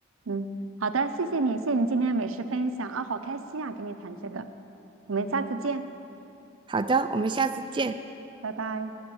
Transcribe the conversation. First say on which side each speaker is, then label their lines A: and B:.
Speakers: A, on the right; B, on the right.
A: 嗯，好的，谢谢你，谢谢你今天美食分享啊，好开心啊，跟你谈这个。我们下次见，
B: 好的，我们下次见。
A: 拜拜。